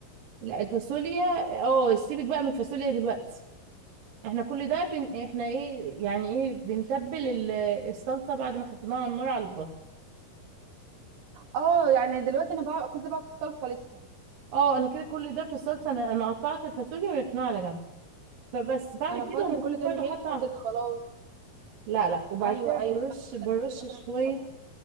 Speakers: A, on the right (about 60°); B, on the right (about 85°).
A: لا الفاصوليا اه سيبك بقى من الفاصوليا دلوقتي احنا كل ده بن... احنا ايه يعني ايه بنتبل ال- الصلصه بعد ما حطيناها على النار على البصل
B: اه يعني دلوقتي انا بقى كنت بقى في الصلصه لسه
A: اه انا كده كل ده في الصلصه انا انا قطعت الفاصوليا ويقنع على جنب فبس بعمل
B: انا
A: كده
B: فاكره
A: وبكون
B: كل ده
A: برضه
B: ان هي
A: حاطه
B: اتحطت
A: على...
B: خلاص
A: لا لا وبعد
B: ايوه
A: كده
B: ايوه
A: برش
B: لا
A: برش
B: أنا كل ده فاكره
A: شويه
B: ان هي اتحطت